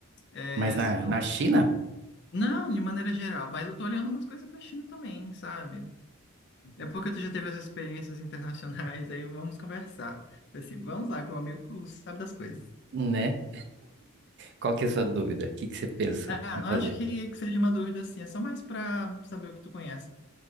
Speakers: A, on the left (about 50°); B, on the right (about 50°).
A: É,
B: Mas na,
A: se tu
B: na China?
A: Não, de maneira geral, mas eu tô olhando umas coisas pra China também, sabe? É porque tu já teve essas experiências internacionais, <laughs> aí vamos conversar. Assim, vamos lá, que o amigo sabe das coisas.
B: Né? Qual que é a sua dúvida? O que que você pensa
A: Ah,
B: em
A: não
B: fazer?
A: acho que, que seja uma dúvida assim, é só mais pra saber o que tu conhece.